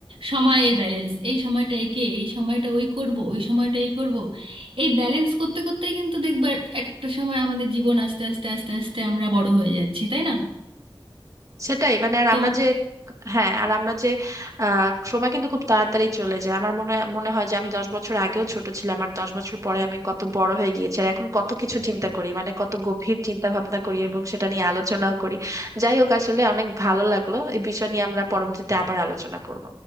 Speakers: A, on the right; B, on the right.
A: সময়ের ব্যালেন্স এই সময়টা একে এই সময়টা ওই করব ওই সময়টা এই করব এই ব্যালেন্স করতে করতেই কিন্তু দেখবার একটা সময় আমাদের জীবন আস্তে আস্তে আস্তে আস্তে আমরা বড় হয়ে যাচ্ছি তাই না
B: সেটাই মানে আর
A: তোমার
B: আমরা যে হ্যাঁ আর আমরা যে আহ সময় কিন্তু খুব তাড়াতাড়ি চলে যায় আমার মনে হয় মনে হয় যে আমি দশ বছর আগেও ছোট ছিলাম আর দশ বছর পরে আমি কত বড় হয়ে গিয়েছি আর এখন কত কিছু চিন্তা করি মানে কত গভীর চিন্তা ভাবনা করি এবং সেটা নিয়ে আলোচনাও করি যাই হোক আসলে অনেক ভালো লাগলো এই বিষয় নিয়ে আমরা পরবর্তীতে আবার আলোচনা করব